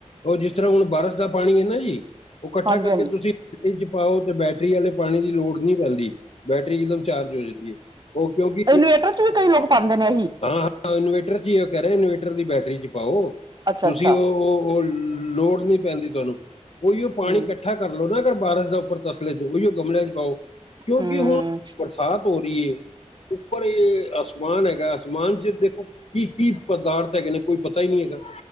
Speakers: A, on the left (about 55°); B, on the right (about 35°).
A: ਉਹ ਜਿਸ ਤਰ੍ਹਾਂ ਹੁਣ ਬਾਰਿਸ਼ ਦਾ ਪਾਣੀ ਏ ਨਾ ਜੀ। ਉਹ ਇਕੱਠਾ
B: ਹਾਂਜੀ
A: ਕਰਕੇ
B: ਹਾਂਜੀ
A: ਤੁਸੀਂ ਚ ਪਾਓ ਤੇ ਬੈਟਰੀ ਵਾਲੇ ਪਾਣੀ ਦੀ ਲੋੜ ਨਹੀ ਪੈਂਦੀ। ਬੈਟਰੀ ਇਕਦਮ ਚਾਰਜ ਹੋ ਜਾਦੀ ਏ, ਉਹ ਕਿਉਂਕਿ
B: ਫਿਲਟਰ ਚ ਵੀ ਕਈ ਲੋਕ ਪਾਂਦੇ ਨੇ ਐਹੀ।
A: ਹਾਂ ਹਾਂ, ਇਨਵੇਟਰ ਚ ਹੀ ਉਹ ਕਹਿ ਰਹੇ ਨੇ, ਇਨਵੇਟਰ ਦੀ ਬੈਟਰੀ ਚ ਪਾਓ।
B: ਅੱਛਾ
A: ਤੁਸੀਂ
B: ਅੱਛਾ
A: ਉਹ ਉਹ ਲੋੜ ਨਹੀ ਪੈਂਦੀ ਤੁਹਾਨੂੰ, ਉਹੀ ਉਹ ਪਾਣੀ
B: ਹਮ
A: ਕੱਟ ਇਕੱਠਾ ਕਰ ਲਓ ਨਾ ਅਰ ਬਾਰਸ਼ ਦਾ ਉੱਪਰ ਤਸਲੇ ਚ ਉਹੀਓ ਗਮਲਿਆਂ ਚ ਪਾਓ। ਕਿਉਂਕਿ
B: ਹਮ
A: ਹੁਣ ਬਰਸਾਤ ਹੋ ਰਹੀ ਏ। ਉਪਰ ਇਹ ਆਸ ਅਸਮਾਨ ਹੈਗਾ ਅਸਮਾਨ ਚ ਦੇਖੋ ਕੀ ਕੀ ਪਦਾਰਥ ਹੈਗੇ ਨੇ ਕੋਈ ਪਤਾ ਹੀ ਨਹੀਂ ਹੈਗਾ?